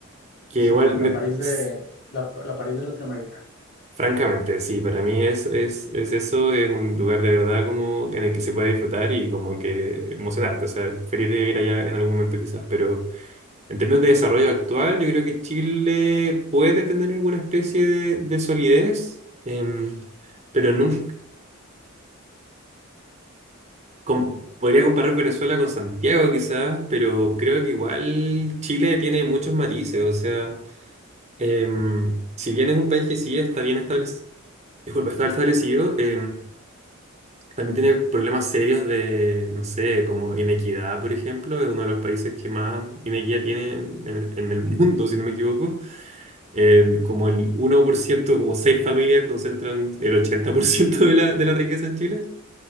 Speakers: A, on the right (about 30°); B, on the left (about 55°).
A: que
B: sí,
A: igual,
B: la
A: me,
B: París de,
A: s-
B: la, la París de Latinoamérica.
A: francamente, sí, para mí es, es, es eso, es un lugar de verdad como en el que se puede disfrutar y como que emocionarte, o sea, feliz de ir allá en algún momento quizás, pero... En términos de desarrollo actual, yo creo que Chile puede tener alguna especie de, de solidez, em, pero nunca, com- podría comparar Venezuela con Santiago quizás, pero creo que igual Chile tiene muchos matices, o sea, em, si bien es un país que sí está bien establecido, disculpa, está establecido, em, también tiene problemas serios de, no sé, como inequidad, por ejemplo, es uno de los países que más inequidad tiene en en el mundo, si no me equivoco. En como el uno por ciento como seis familias concentran el 80% de la, de la riqueza en Chile.